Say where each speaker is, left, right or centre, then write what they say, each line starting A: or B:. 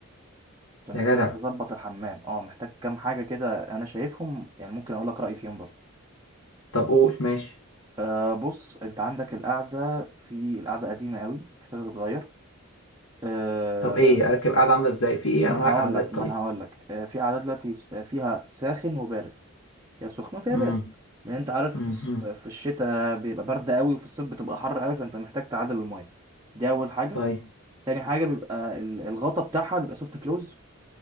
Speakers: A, on the right; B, on the left.
A: كنت
B: يا
A: محتاج
B: جدع
A: تظبط الحمام اه محتاج كام حاجة كده أنا شايفهم يعني ممكن أقول لك رأيي فيهم برضه
B: طب قول ماشي
A: أه بص أنت عندك القعدة في القعدة قديمة قوي محتاجة تتغير أه
B: طب ايه اركب قاعدة عاملة ازاي في ايه
A: ما
B: انواع
A: أنا هقول
B: قعدات
A: لك ما
B: طيب
A: أنا هقول لك أه في قعدة دلوقتي س- آه، فيها ساخن وبارد يا سخنة فيها
B: امم
A: بارد لأن أنت عارف
B: امم
A: في الص- في- في الشتاء بيبقى برد قوي وفي الصيف بتبقى حر قوي فأنت محتاج تعادل المية دي أول حاجة
B: طيب
A: تاني حاجة بيبقى ال- الغطا بتاعها بيبقى سوفت كلوز